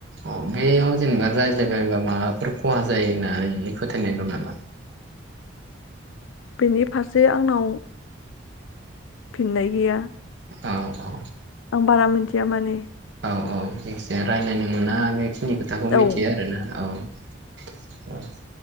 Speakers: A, on the right; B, on the left.
A: औ बेयाव जेनेबा रायज्लायबायबा माबाफोर खहा जायो होननानै नोंनि फोथायनाय दं नामा
B: बिनि फारसे आंनाव फिननाय गैया
A: औ औ
B: आं बारा मिथिया माने
A: औ औ जायखिजा रायज्लायनो मोना <unintelligible> जोंनि खोथाखौ
B: औ
A: मिथियो आरोना औ अ